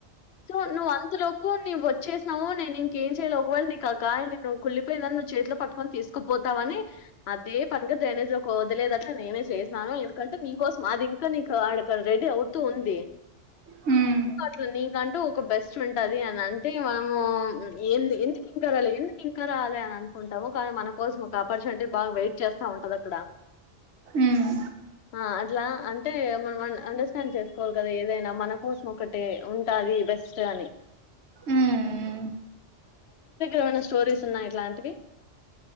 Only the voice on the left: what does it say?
సో నువ్ అంత లో నువ్ వేసినవు నేను ఇంకేం చేయలేలో ఒకవేళ నీకు కా న నువ్వు కుళ్లిపోయిందని నువ్వు చేతిలో పక్కకని తీసుకుపోతావని అదే పనుగా డ్రైనేజ్ లో వదలేదు అట్లా నేనే చేసినాను ఎందుకంటే నీకోసం అది ఇంకా నీకు అడడ రెడీ అవుతూ ఉంది
అట్ నీకంటూ ఒక బెస్ట్ ఉంటది అని అంటే మనము ఎందుకు ఇంకరాలి ఎందుకు ఇంకరాలి అనంత ఉంటాము కానీ మన కోసం ఒక ఆపర్చునిటీ బాగా వెయిట్ చేస్తా ఉంటది అక్కడ
ఆ అట్లా అ అంటే మనం అండర్స్టాండ్ చేసుకోవాలి కదా ఏదైనా మన కోసం ఒకటి ఉంటది బెస్ట్ అని
ఏమనా స్టోరీస్ ఉన్నాయి ఇట్లాంటివి